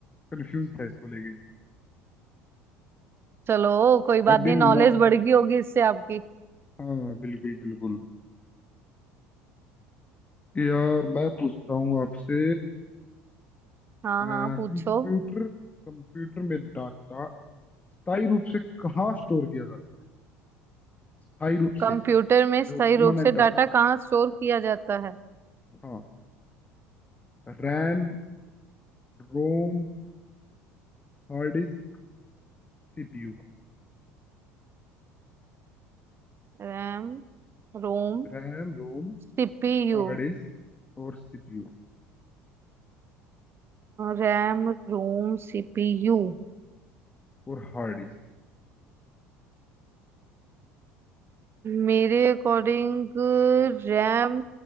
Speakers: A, on the left; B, on the right.
A: कंफ्यूज था इसको लेके
B: चलो कोई बात
A: अभी
B: नहीं नॉलेज
A: मैं
B: बढ़ गई होगी इससे आपकी
A: हाँ बिल्कुल बिल्कुल यार मैं पूछता हूँ आपसे
B: हाँ
A: कंप्यूटर
B: हाँ पूछो
A: कंप्यूटर में डाटा स्थायी रूप से कहाँ स्टोर किया जाता है स्थायी रूप
B: कंप्यूटर
A: से
B: में सही
A: जो परमानेंट
B: रूप से डाटा
A: डाटा
B: कहाँ स्टोर किया जाता है
A: हाँ RAM ROM hard disk CPU
B: RAM ROM
A: RAM ROM
B: CPU
A: hard disk और सीपीयू
B: RAM ROM CPU
A: और हार्ड डिस्क
B: मेरे अकॉर्डिंग रैम